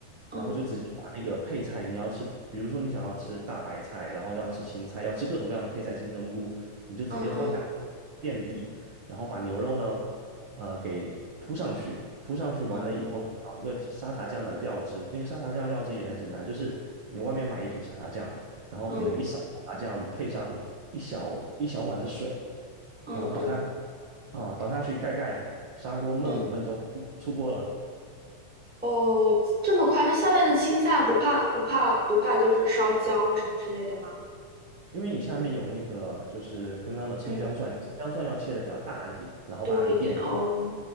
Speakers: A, in the centre; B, on the right.
A: 嗯
B: 然后就直接把那个配菜，你要吃，比如说你想要吃大白菜，然后要吃青菜，要吃各种各样的配菜，金针菇，你就直接放下去垫底，
A: 嗯嗯
B: 然后把牛肉呢，呃，给铺上去，铺上去完了以后，
A: 嗯
B: 你调一个沙茶酱的料汁，那个沙茶酱料汁也很简单，就是你外面买一瓶沙茶酱，然后可能一勺沙茶酱配上一小一小碗的水，
A: 嗯嗯嗯
B: 然后倒下去，啊、倒下去盖盖，砂锅焖五分钟，
A: 嗯。
B: 出锅了。
A: 哦，这么快？它下面的青菜不怕不怕不怕，就是烧焦了什么之类的吗？
B: 因为你下面有那个就是刚刚的葱姜蒜，
A: 嗯，
B: 葱姜蒜要切的比较大一点，然后把它给垫。
A: 多一点哦